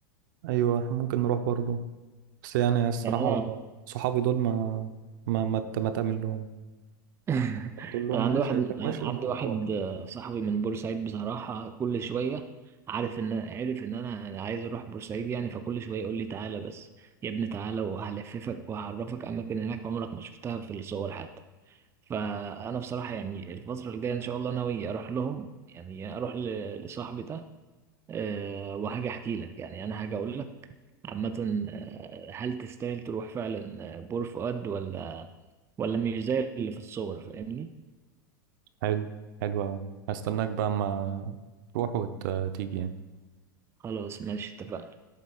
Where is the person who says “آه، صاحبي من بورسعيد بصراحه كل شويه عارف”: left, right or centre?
Right